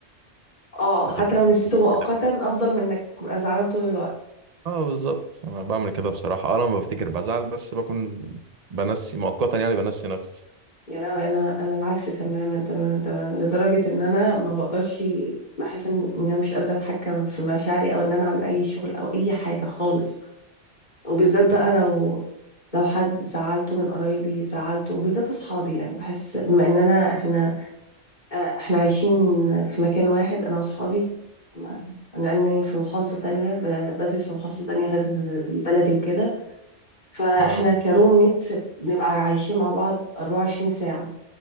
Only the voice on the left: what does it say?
اه
حتى لو
نسيته مؤقتا افضل من انك تبقى زعلان طول الوقت
يا لهوي انا انا العكس تماما تماما تماما لدرجه ان انا ما بقدرش بحس ان إن انا مش قادره اتحكم في مشاعري او ان انا اعمل اي شغل او اي حاجه خالص وبالذات بقى
لو لو حد زعلته من قرايبي زعلته وبالذات اصحابي يعني بحس بما اننا احنا آه، احنا عايشين في مكان واحد انا واصحابي ما- لاني في محافظه تانية ب- بدرس في محافظه تانية غير البلدي وكده فاحنا
كروم ميتس بنبقى عايشين مع بعض 24 ساعه